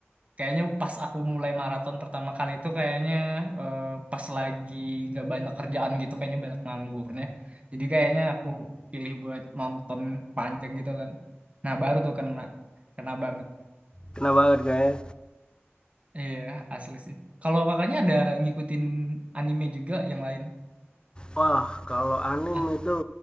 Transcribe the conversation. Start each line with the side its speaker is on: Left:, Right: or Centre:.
Right: kayaknya pas aku mulai maraton pertama kali itu kayaknya eh, pas lagi nggak banyak kerjaan gitu kayaknya banyak nganggurnya jadi kayaknya aku pilih buat nonton panjang gitu kan nah baru tuh kena kena banget
Left: kena banget kak ya
Right: Iya, asli sih. Kalau kakaknya ada ngikutin anime juga yang lain?
Left: Wah, kalau anime
Right: At-
Left: itu